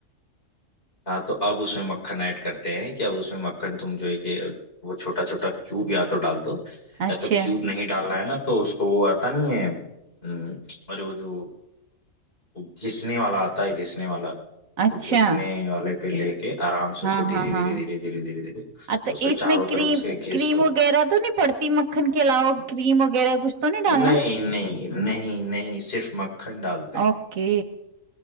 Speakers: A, on the left; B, on the right.
A: हाँ तो अब उसमें मक्खन ऐड करते हैं कि अब उसमें मक्खन तुम जो है कि वो छोटा छोटा क्यूब या तो डाल दो
B: अच्छा
A: या तो क्यूब नहीं डालना है ना तो उसको वो आता नहीं है हम्म, अरे वो जो वो घिसने वाला आता है घिसने वाला
B: अच्छा
A: वो घिसने वाले पे लेके आराम से
B: हाँ
A: उसको धीरे
B: हाँ
A: धीरे
B: हाँ
A: धीरे धीरे धीरे धीरे
B: आ, तो
A: उस पे
B: इसमें
A: चारों
B: क्रीम
A: तरफ उसके घिस
B: क्रीम
A: दो
B: वगैरह तो नहीं पड़ती मक्खन के अलावा क्रीम वगैरह कुछ तो नहीं डालना
A: नहीं नहीं नहीं नहीं सिर्फ मक्खन डालते हैं
B: ओके